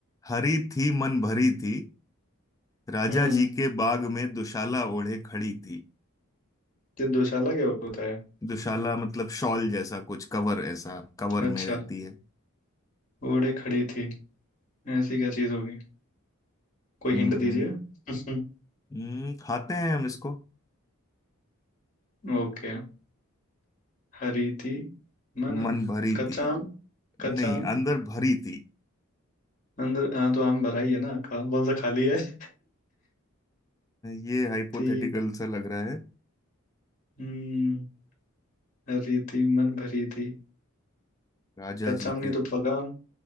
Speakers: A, on the left; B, on the left.
A: हरी थी मन भरी थी राजा
B: हम्म
A: जी के बाग में दुशाला ओढ़े खड़ी थी
B: ये दुशाला क्या होता है
A: दुशाला मतलब शॉल जैसा कुछ कवर ऐसा कवर
B: अच्छा
A: में रहती है
B: ओड़े खड़ी थी ऐसी क्या चीज होगी कोई
A: हम्म
B: हिंट दीजिए
A: हम्म
B: <laughs>
A: हम्म, खाते हैं हम इसको
B: ओके हरी थी मन
A: मन भरी
B: कच्चा
A: थी
B: आम कच्चा
A: नहीं
B: आम
A: अंदर भरी थी
B: अंदर हाँ तो आम भरा ही है ना खा, कौन सा खाली है <laughs>
A: ये हाइपोथेटिकल
B: थी
A: सा लग रहा है
B: हम्म हरी थी मन भरी थी
A: राजा
B: कच्चा
A: जी
B: आम
A: के
B: नहीं तो पका आम